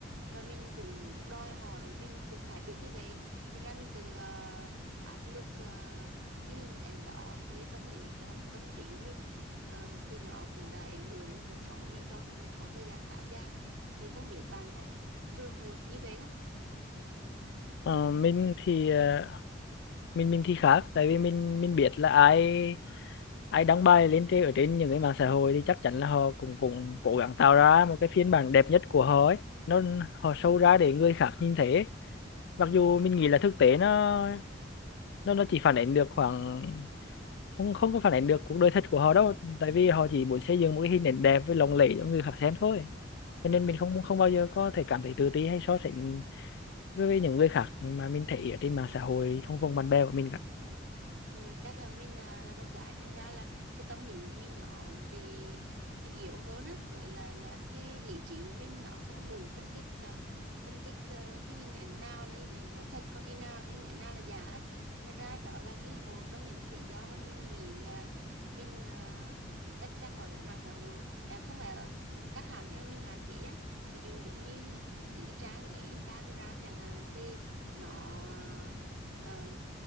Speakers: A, on the right (about 85°); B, on the left (about 60°).
A: và mình cũng đòi hỏi mình cũng phải được như vậy thật ra mình từ ờ, áp lực ờ, cái hình ảnh đó lên tâm lý ờ, tâm trí của mình Ờ, thì nó cũng đã ảnh hưởng cái cuộc sống của mình trong một cái khoảng thời gian khá dài thì không biết bạn có trường hợp như vậy không
B: Ờ, mình thì à, mình mình thì khác tại vì mình mình biết là ai ai đăng bài lên trên ở trên những cái mạng xã hội thì chắc chắn là họ cũng cũng cố gắng tạo ra một cái phiên bản đẹp nhất của họ ấy nó họ show
A: ừ.
B: ra để người khác nhìn thấy ấy. mặc dù
A: Ừ.
B: mình nghĩ là thực tế nó nó nó chỉ phản ánh được khoảng không không có phản ánh được cuộc đời thật của họ đâu tại vì họ chỉ muốn xây dựng một cái hình ảnh đẹp với lộng lẫy cho người khác xem thôi cho nên
A: Ừ.
B: mình không không bao giờ có thể cảm thấy tự ti hay so sánh với với những người khác mà mình thấy ở trên mạng xã hội trong vòng bạn bè của mình cả
A: Ừ, chắc là mình à, là con gái thành ra là cái tâm lý của mình nó bị yếu hơn á với lại là cái lý trí của mình nó không đủ phân tích à, phân tích à, cái hình ảnh nào là hình ảnh là thật còn hình nào hình ảnh nào là giả á. Thật ra đó là cái một trong những cái lý do mà mình nghĩ là mình à, bị tách ra khỏi mạng xã hội à, không phải là ừ, cắt hẳn nhưng mà mình hạn chế á ví dụ giống như những cái trang như Instagram chẳng hạn thì nó um,